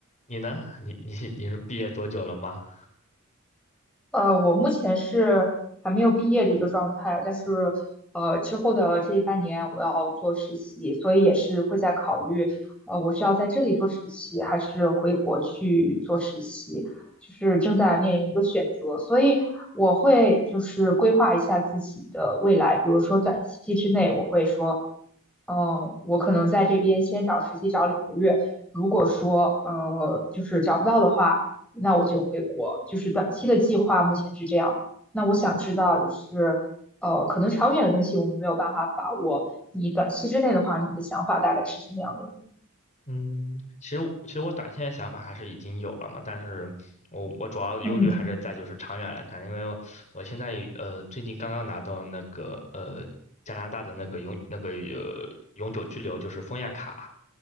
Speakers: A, on the left; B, in the centre.
A: 你呢？你你是你是毕业多久了吗？
B: 呃，我目前是还没有毕业的一个状态，但是呃，之后的这半年我要做实习，所以也是会在考虑，呃，我是要在这里做实习，还是回国去做实习，就是正在面临一个选择，所以我会就是规划一下自己的未来，比如说短期之内，我会说，嗯、呃我可能在这边先找实习找两个月，如果说呃就是找不到的话。那我就回国，就是短期的计划目前是这样。那我想知道，就是呃，可能长远的东西我们没有办法把握。你短期之内的话，你的想法大概是什么样的呢？
A: 嗯，其实我其实我短线的想法还是已经有了嘛，但是我我主要忧虑还是在就是长远来看，
B: 嗯
A: 因为我现在呃最近刚刚拿到那个呃加拿大的那个永那个呃永久居留就是枫叶卡，